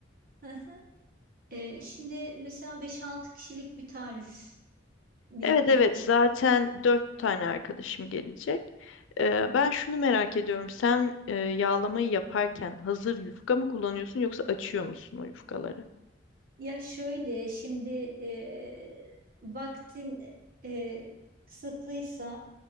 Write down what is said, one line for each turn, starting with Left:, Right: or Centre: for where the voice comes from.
Right: hı hı. E, şimdi mesela beş altı kişilik bir tarif mi
Left: Evet
Right: diyor
Left: evet zaten dört tane arkadaşım gelecek. Ee, ben şunu merak ediyorum. Sen e, yağlamayı yaparken hazır yufka mı kullanıyorsun yoksa açıyor musun o yufkaları?
Right: Ya şöyle şimdi e, vaktin e, kısıtlıysa